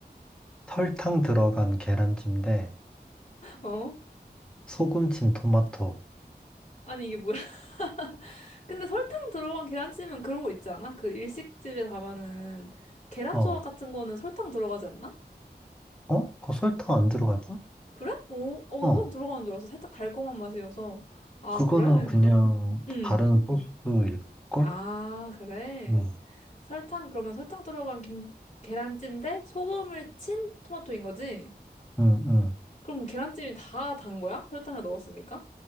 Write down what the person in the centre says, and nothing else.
설탕 들어간 계란찜 대
소금 친 토마토.
어,
어? 그 설탕 안 들어갈걸?
어,
그거는
그냥
바른 소스일걸?
응,
응, 응.